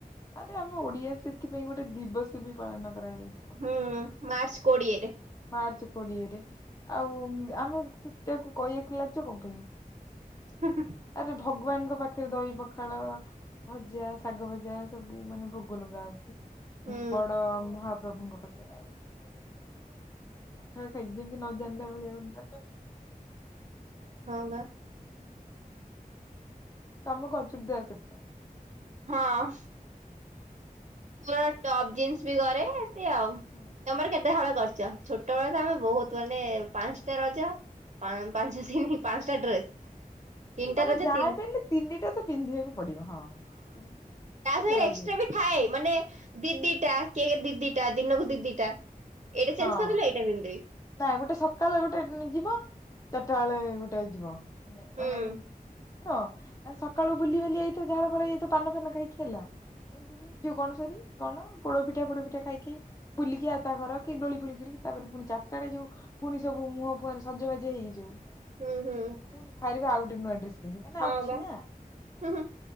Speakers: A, on the left; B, on the right.
A: ଆରେ ଆମ ଓଡିଆ ସେଥିପାଇଁ ଗୋଟେ ଦିବସ ବି ପାଳନ କରାଯାଉଛି ପଖାଳ
B: ହୁଁ
A: ଦିବସ
B: ମାର୍ଚ୍ଚ କୋଡିଏରେ
A: <inaudible> ମାର୍ଚ୍ଚ କୋଡିଏରେ ଆଉ ଆମେ ସେଟାକୁ କହିବାକୁ ଲାଜ କଣ ପାଇଁ।
B: ହୁଁ ହୁଁ ।
A: ଆରେ ଭଗବାନଙ୍କ ପାଖରେ ଦହି ପଖାଳ ଭଜା ଶାଗ ଭଜା ସବୁ ମାନେ ଭୋଗ ଲଗା ହଉଛି।
B: ହୁଁ
A: ବଡ ମହା ପ୍ର ପ୍ରଭୁଙ୍କ ପାଖରେ ଆଉ <inaudible> ପଖାଳ ଖାଇଛି ଯେମିତି ନ ଜାଣିଲା ଭଳିଆ
B: ହଁ
A: ସେ
B: ବା
A: ଦିବି <unintelligible> ତମେ କଣ ଚୁରଦାର କରଚ।
B: ହଁ।
A: ହୁଁ।
B: ମୁଁ ନା ଟପ୍ ଜିନ୍ସ ବି କରେ ସେ ଆଉ
A: ହୁଁ ହୁଁ।
B: ତମର କେତେ ହଳ କରିଚ। ଛୋଟ ବେଳ ତ ଆମେ ବହୁତ ମାନେ ପାଞ୍ଚଟା ରଜ ପାଞ୍ଚ ଦିନି ପାଞ୍ଚଟା ଡ୍ରେସ୍ ତିନିଟା
A: ମାନେ
B: ରଜ
A: ଯାହା
B: ତିନି
A: ବି ହେଲେ ତିନିଟା ତ ପିନ୍ଧିବାକୁ ପଡିବ ହଁ <inaudible>
B: ତା ସାଙ୍ଗରେ
A: ଯାହା
B: ଏକ୍ସଟ୍ରା
A: ବି ହଉ।
B: ଥାଏ ମାନେ ଦି ଦିଟା କିଏ କି ଦି ଦିଟା ଦିନକୁ ଦିଦିଟା। ଏଇଟା ଚେଞ୍ଜ
A: ହଁ
B: କରିଦଲେ ଏଇଟା ପିନ୍ଧିଦେବୀ।
A: ନା ଗୋଟେ ସକାଳେ ଗୋଟେ ଯିବ ଚାରିଟା ବେଳେ ଗୋଟେ ଯିବ। ମାନେ
B: ହୁଁ
A: ମାନେ ନୁହ ସକାଳୁ ବୁଲି ବାଲି ଆଇଥିବ। ଝାଳ ଫାଳ ପାନ ପାନ ଫାନ ଖାଇକି। ହେଲା ଏଣ୍ଡୁରୀ ଯୋଉ ଗଣସରି କଣ ଗୁଡପିଠା ପୋଡପିଠା ଖାଇକି ବୁଲିକି ଆଉ ତା ଘର କି ଦଳି ଖେଳିକରି ତାପରେ ପୁଣି ଚା ତାଳେ ଯୋଉ ପୁଣି ସବୁ ମୁହଁ ଫୁହରେ ସଜବାଜ ହେଇଯିବ।
B: ହୁଁ
A: <inaudible>
B: ହୁଁ
A: ପୁଣି ବାହାରିବେ ଆଉ <unintelligible> ପିନ୍ଧିକିନା
B: ହଁ
A: ଆଛିି
B: ବା
A: ନା
B: ହୁଁ